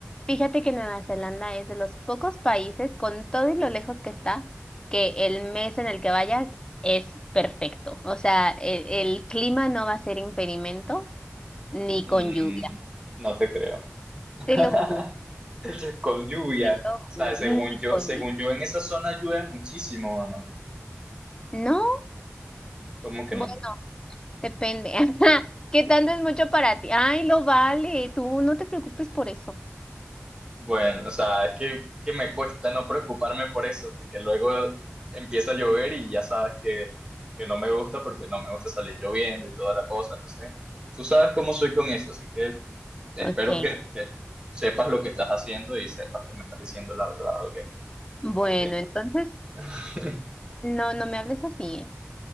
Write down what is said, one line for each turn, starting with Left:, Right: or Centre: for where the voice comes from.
Left: Fíjate que Nueva Zelanda es de los pocos países, con todo y lo lejos que está, que el mes en el que vayas es perfecto. O sea, el, el clima no va a ser impedimento ni
Right: Mm,
Left: con lluvia.
Right: no te creo. <laughs>
Left: Te lo juro,
Right: Con lluvia.
Left: te lo
Right: O sea,
Left: juro,
Right: según
Left: ni
Right: yo,
Left: con
Right: según
Left: lluvia.
Right: yo en esa zona llueve muchísimo, ¿no?
Left: No,
Right: ¿Cómo que
Left: bueno,
Right: no?
Left: depende. <laughs> ¿Qué tanto es mucho para ti? Ay, lo vale, tú no te preocupes por eso.
Right: Bueno, o sea, es que, que me cuesta no preocuparme por eso, porque luego empieza a llover y ya sabes que, que no me gusta porque no me gusta salir lloviendo y toda la cosa. Entonces, tú sabes cómo soy con eso, así que espero
Left: Ok,
Right: que, que sepas lo que estás haciendo y sepas que me estás diciendo la verdad, ¿ok?
Left: bueno,
Right: Ok,
Left: entonces,
Right: <laughs>
Left: no, no me hables así, ¿eh?